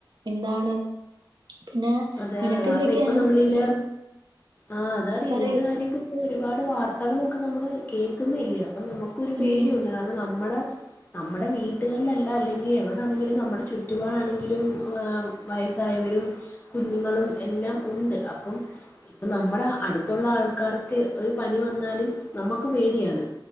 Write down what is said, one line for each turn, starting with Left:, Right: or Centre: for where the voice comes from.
Right: എന്താണ് പിന്നെ
Left: അതെ
Right: നിനക്ക്
Left: അതെ കാരണം
Right: എന്തൊക്കെയാണ്
Left: ഇപ്പൊ നമ്മളില്ല
Right: ഉം
Left: ആഹ അതാണ്
Right: പറയൂ
Left: ഇതിന്റെ കാര്യൊക്ക ഇപ്പ ഒരുപാട് വാർത്തകളൊക്കെ നമ്മള് കേൾക്കുന്ന ഇില്ല അപ്പ നമുക്കൊരു
Right: ഉം
Left: പേടിയുണ്ട് കാരണം നമ്മുടെ നമ്മുടെ വീട്ടുകളിലല്ലാം അല്ലെങ്കിൽ എവിടൊണെങ്കിലും നമ്മുടെ ചുറ്റുപാടാണെങ്കിലും വയസ് തായവരും കുഞ്ഞുങ്ങളും എല്ലാം ഉണ്ട് അപ്പം നമ്മുടെ അടുത്തുള്ള ആൾക്കാർക്ക് ഒരു പനി വന്നാലും നമ്മുക്ക് പേടിയാണ്